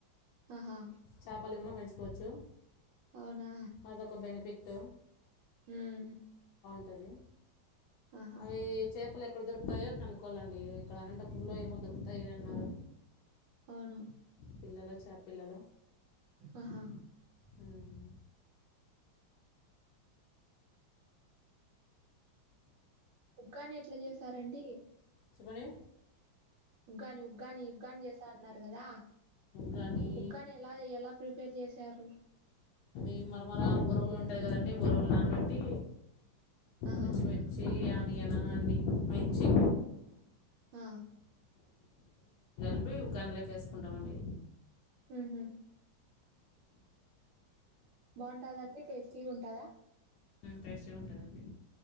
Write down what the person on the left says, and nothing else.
చాపల్నీ గన పెంచుకోవచ్చు
అదొక బెనిఫిట్
ఉంటది
అవీ చేపల్ ఎక్కడ దొరుకుతాయో కనుక్కోవాలండి ఇక్కడ అనంతపూర్లో ఏమో దొరుకుతాయని అని అన్నారు
పిల్లలు చాప పిల్లలు
మ్మ్.
చెపండి
కానీ
ఈ మరమరాలు బోరుగులు ఉంటాయి కదండి బోరుగులు నానబెట్టి
పచ్చిమిర్చి ఆనియను అన్ని మిర్చి
అవి ఉగ్గానిలోక వేసుకుంటామండి
టేస్టీగా ఉంటదండి